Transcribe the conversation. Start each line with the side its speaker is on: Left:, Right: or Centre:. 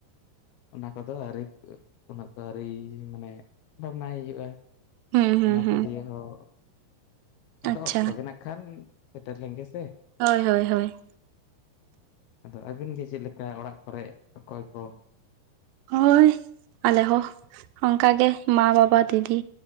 Left: ᱚᱱᱟ ᱠᱚᱫᱚ ᱟᱹᱨᱤ ᱩᱱᱟᱹᱜ ᱫᱚ ᱟᱹᱣᱨᱤ ᱢᱟᱱᱮ ᱵᱷᱟᱵᱽᱱᱟᱭ ᱦᱩᱭᱩᱜᱼᱟ᱾
Right: ᱦᱩᱸ ᱦᱩᱸ
Left: ᱚᱱᱟ
Right: ᱦᱩᱸ
Left: ᱠᱚ ᱫᱤᱭᱮ ᱦᱚᱸ ᱟᱫᱚ
Right: ᱟᱪᱪᱷᱟ
Left: ᱚᱠᱛᱚ ᱜᱮ ᱱᱟᱜ ᱠᱷᱟᱱ ᱥᱮᱴᱮᱨ ᱞᱮᱱ ᱜᱮᱥᱮ᱾
Right: ᱦᱳᱭ ᱦᱳᱭ ᱦᱳᱭ᱾
Left: ᱟᱫᱚ ᱟᱹᱵᱤᱱ ᱜᱮ ᱪᱮᱫ ᱞᱮᱠᱟ ᱚᱲᱟᱜ ᱠᱚᱨᱮ ᱚᱠᱚᱭ ᱠᱚ?
Right: ᱦᱳᱭ ᱟᱞᱮ ᱦᱚᱸ ᱚᱝᱠᱟ ᱜᱮ ᱢᱟ, ᱵᱟᱵᱟ, ᱫᱤᱫᱤ